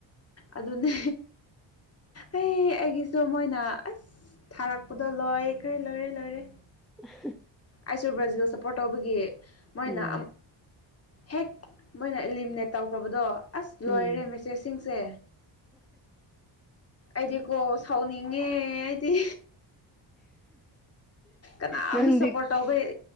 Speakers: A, on the left; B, in the centre.
A: ꯑꯗꯨꯅꯦ ꯑꯩ ꯑꯩꯒꯤꯁꯨ ꯃꯣꯏ ꯅ ꯑꯁ ꯊꯥꯔꯛꯄꯗꯨ ꯂꯣꯏ ꯈꯔꯦ ꯂꯣꯏꯔꯦ ꯂꯣꯏꯔꯦ
B: <unintelligible>
A: ꯑꯩꯁꯨ ꯕ꯭ꯔꯥꯖꯤꯜ ꯁꯞꯄꯣꯔꯠ ꯇꯧꯕꯒꯤ ꯃꯣꯏꯅ
B: ꯎꯝ
A: ꯍꯦꯛ ꯃꯣꯏꯅ ꯑꯦꯂꯤꯃꯤꯅꯦꯠ ꯇꯧꯈ꯭ꯔꯕꯗꯣ ꯑꯁ ꯂꯣꯏꯔꯦ
B: ꯎꯝ
A: ꯃꯦꯁꯦꯁꯁꯤꯡꯁꯦ ꯑꯩꯗꯤꯀꯣ ꯁꯥꯎꯅꯤꯡꯉꯦ ꯑꯩꯗꯤ ꯀꯅꯥꯝꯇ
B: ꯅꯪꯗꯤ
A: ꯁꯞꯄꯣꯔꯠ ꯇꯧꯕꯩ